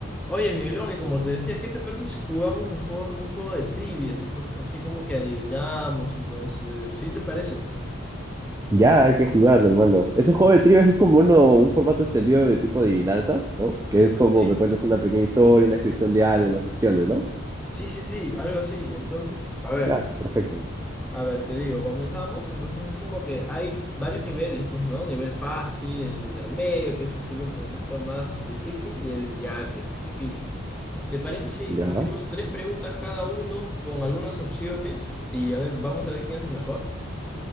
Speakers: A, in the centre; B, on the right (about 15°).
A: Oye, Miguelón, y como te decía, ¿qué te parece si jugamos mejor un juego de trivias? Entonces, así como que adivinamos, entonces, ¿sí te parece?
B: Ya, hay que jugar, hermano. Ese juego de trivias es como uno, un formato extendido de tipo de adivinanzas, ¿no? Que es como
A: Sí, s-
B: me cuentas una pequeña historia, una descripción de algo, unas opciones, ¿no?
A: sí, sí, sí, algo así. Entonces, a ver,
B: Ya, perfecto.
A: a ver, te digo, comenzamos. Entonces, es como que hay varios niveles, pues, ¿no? Nivel fácil, el intermedio, que es así un poquito más difícil, y el ya que es difícil. ¿Te parece si
B: Ya,
A: decimos tres preguntas cada uno con algunas opciones? Y a ver, vamos a ver quién es el mejor.